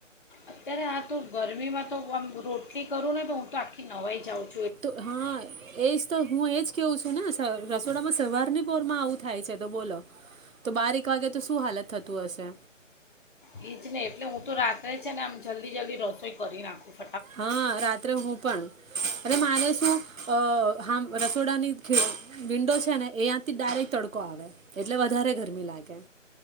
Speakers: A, on the left (about 40°); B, on the right (about 90°).
A: અત્યારે આ તો ગરમીમાં તો આમ રોટલી કરું ને તો હું તો આખી નવાઈ જાઉં છ
B: તો હા એજ તો હું એજ કેવું છું નેઅ રસ થોડામાં સવારની બરમાં આવું થાય છે તો બોલો તો બારેક વાગે તો શું હાલત થતું હશે
A: એજ નહી એટલે હું તો રાત્રે છે ને આમ જલ્દી જલ્દી રસોઈ કરી નાખું છું
B: હા રાત્રે હું પણ અરે માને શું અ હ રસોડાની વિન્ડો છે ને એ્યાંથી ડાયરેક્ટ તડકો આવે એટલે વધારે ગરમી લાગે